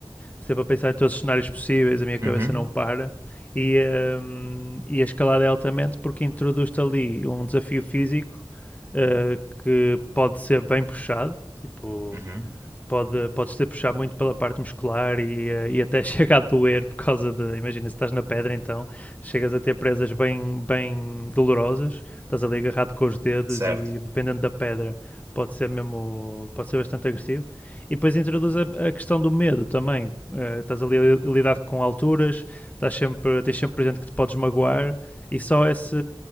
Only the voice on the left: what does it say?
sempre a pensar em todos os cenários possíveis, a minha cabeça
não para. E, hum, e a escalada é altamente porque introduz-te ali um desafio físico eh, que pode ser bem puxado, tipo
pode, podes ter puxar muito pela parte muscular e, eh, e até <laughs> chega a doer por causa de. Imagina, se estás na pedra, então chegas a ter presas bem, bem dolorosas, estás ali agarrado com os dedos
e dependendo da pedra, pode ser mesmo. pode ser bastante agressivo. E depois introduz a, a questão do medo também. Eh, estás ali a lidar com alturas, estás sempre, tens sempre presente que te podes magoar e só esse,